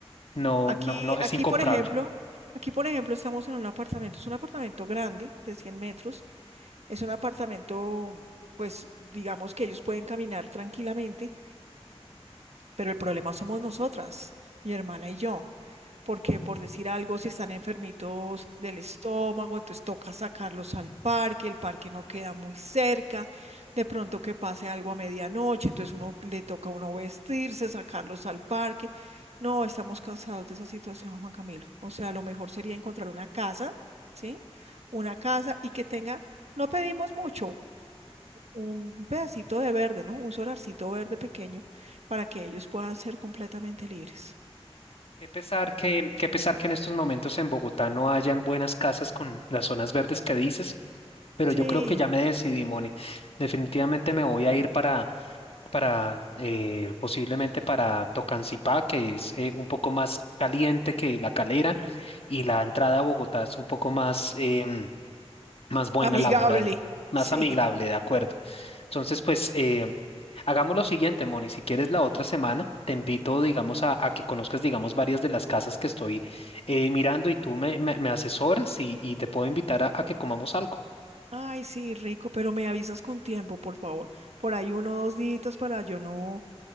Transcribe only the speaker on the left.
no,
no, no, es
incomparable.
Qué pesar que, qué pesar que en estos momentos en Bogotá no hayan buenas casas con las zonas verdes que dices, pero
yo creo que ya me decidí, Moni. Definitivamente me voy a ir para, para eh, posiblemente para Tocancipá, que es eh, un poco más caliente que La Calera, y la entrada a Bogotá es un poco más, em, más buena
la hora, de- más
amigable, de acuerdo. Entonces, pues eh, hagamos lo siguiente, Moni, si quieres la otra semana, te invito, digamos, a, a que conozcas, digamos, varias de las casas que estoy eh, mirando y tú me, me- me asesoras y, y te puedo invitar a, a que comamos algo.